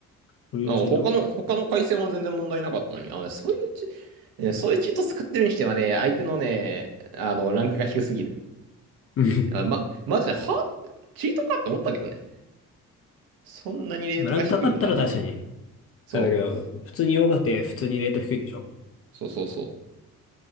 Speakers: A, on the left; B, on the right.
A: こういうチート
B: なんか他の、他の回線は全然問題なかったのに。あのね、そういうチ、ねそういうチート使ってるにしてはね、相手のね、あの、ランクが低すぎる。
A: うん。
B: あま、マジで、はチートかって思ったけどね。そんなにレートが低いのは多分。
A: <laughs> まあランク高かったら確かに。
B: そう、
A: あれだけど、普通に弱くて普通にレート低いんでしょ
B: そうそうそ